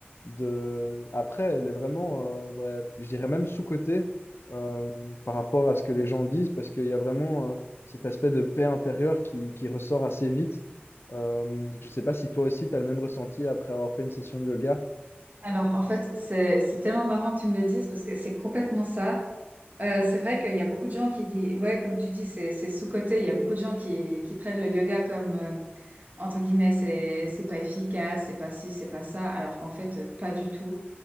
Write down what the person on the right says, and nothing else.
Alors, en fait, c'est c'est tellement marrant que tu me le dises parce que c'est complètement ça. Euh, c'est vrai qu'il y a beaucoup de gens qui disent, ouais, comme tu dis, c'est c'est sous-coté. Il y a beaucoup de gens qui, qui prennent le yoga comme, euh, entre guillemets, c'est c'est pas efficace, c'est pas ci, c'est pas ça, alors qu'en fait, euh, pas du tout.